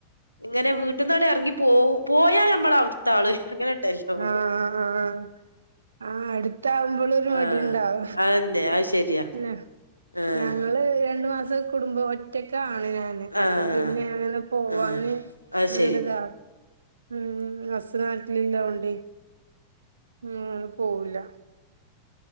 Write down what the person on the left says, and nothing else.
ഇങ്ങനെ വീട്ടന്നോടെ ഇറങ്ങി പോ പോയാ നമ്മള അടുത്ത ആള് അങ്ങനെ ഉണ്ടല്ലോ
ആഹ്
അതന്നെ അത് ശരിയാ
ആഹ്
ആഹ്
ആഹ് അത്
ശരി